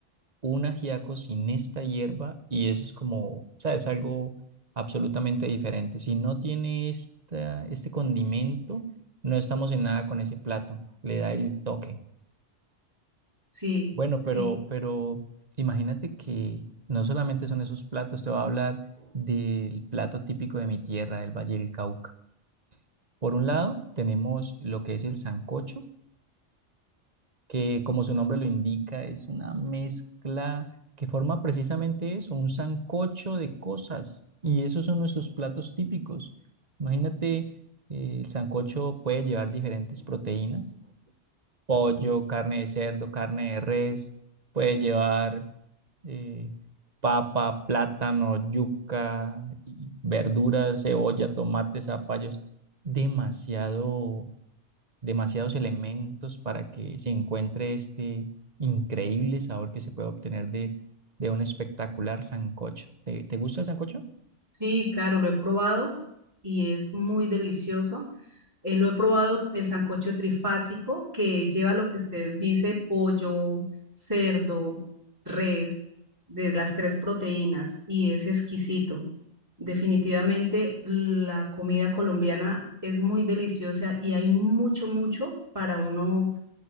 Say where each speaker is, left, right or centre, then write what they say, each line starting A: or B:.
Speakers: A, on the right; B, on the right.
A: un ajiaco sin esta hierba y eso es como, ¿sabes? Algo absolutamente diferente. Si no tiene esta, este condimento, no estamos en nada con ese plato, le da el toque.
B: sí,
A: Bueno,
B: sí,
A: pero, pero imagínate que no solamente son esos platos, te voy a hablar del plato típico de mi tierra, del Valle del Cauca. Por un lado, tenemos lo que es el sancocho que como su nombre lo indica, es una mezcla que forma precisamente eso, un sancocho de cosas. Y esos son nuestros platos típicos. Imagínate, eh, el sancocho puede llevar diferentes proteínas, pollo, carne de cerdo, carne de res, puede llevar eh, papa, plátano, yuca, y verduras, cebolla, tomates, zapallos. Demasiado demasiados elementos para que se encuentre este increíble sabor que se puede obtener de, de un espectacular sancocho. ¿Te, te gusta el sancocho?
B: sí, claro, lo he probado y es muy delicioso. Eh, lo he probado, el sancocho trifásico, que lleva lo que usted dice, pollo, cerdo, res, de las tres proteínas, y es exquisito. Definitivamente la comida colombiana es muy deliciosa y hay mucho, mucho para uno,